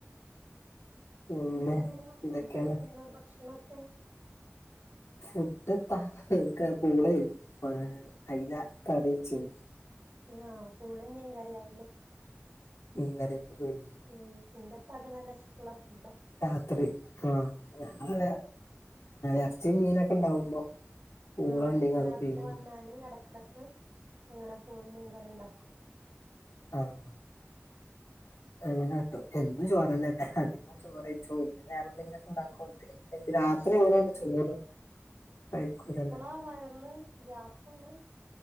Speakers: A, on the left (about 80°); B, on the right (about 45°).
A: പിന്നെ
B: ഇന്നന്തയിരുന്നു
A: എന്തൊക്കെയാണ്
B: ഫുഡ്. ഭക്ഷണക്കെ
A: ഫുഡ്പ ഞങ്ങക്ക് പൂളേയ്ന്നു. അയ്ല കറി വെച്ചീന്നു
B: ആഹ് പൂള മീൻ കറിയവുല്ലെ
A: മീൻ കറിയൊക്കെ കഴിഞ്ഞു
B: ഉം എന്റെപ്പാക്ക് നല്ല ഇഷ്ട്ടള്ള ഫുഡാണ്
A: രാത്രി ആഹ് ഞങ്ങള് എറച്ചീ മീനൊക്കെ ഉണ്ടാവുമ്പോ പൂളണ്ടെങ്കി
B: ആഹ് ഉപ്പ നാട്ടിൽ
A: അത് പിഴിയും
B: വന്നാല് എടക്കെടക്ക് അങ്ങനെ പൂളിം മീങ്കറി ഉണ്ടാക്കും
A: ആഹ് അങ്ങനെ കാട്ടും എന്നും ചോറന്നല്ല അധിക ചോറ് വയ്ച്ചും പിന്നെ വേറെ എന്തെങ്കിലൊക്കെ ഉണ്ടാകും <unintelligible> രാത്രി
B: പക്ഷെ
A: <unintelligible> ചോറ് കഴിക്കില്ലല്ലോ?
B: ആഹ് വയറില് ഗ്യാസാണ്